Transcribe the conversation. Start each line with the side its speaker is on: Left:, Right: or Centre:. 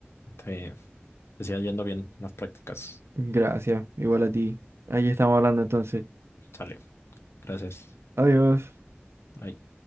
Left: Te, te sigas yendo bien en las prácticas.
Right: Gracias, igual a ti. Ahí estamos hablando entonces.
Left: Sale. Gracias.
Right: Adiós.
Left: Bye.